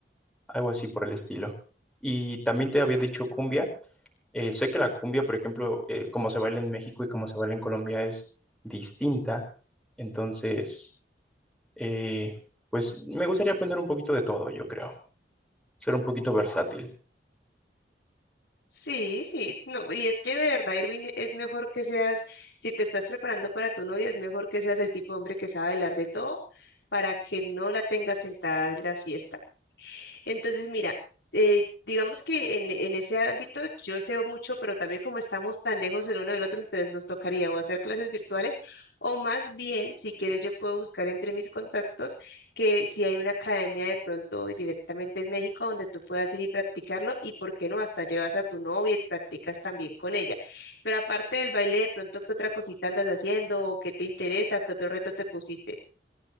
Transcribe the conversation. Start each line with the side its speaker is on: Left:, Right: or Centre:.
Centre: algo así por el estilo. Y también te había dicho cumbia. Eh, sé que la cumbia, por ejemplo, eh, como se baila en México y como se baila en Colombia es distinta. Entonces, eh, pues me gustaría aprender un poquito de todo, yo creo, ser un poquito versátil.
Left: Sí, sí, no, y es que de verdad, Irving, es mejor que seas, si te estás preparando para tu novia, es mejor que seas el tipo de hombre que sabe hablar de todo para que no la tengas sentada en la fiesta. Entonces, mira, eh, digamos que en, en ese ámbito yo sé mucho, pero también como estamos tan lejos el uno del otro, entonces nos tocaría o hacer clases virtuales o más bien, si quieres, yo puedo buscar entre mis contactos que si hay una academia de pronto directamente en México donde tú puedas ir y practicarlo y, ¿por qué no? Hasta llevas a tu novia y practicas también con ella. Pero aparte del baile, de pronto, ¿qué otra cosita andas haciendo? ¿O qué te interesa? ¿Qué otro reto te pusiste?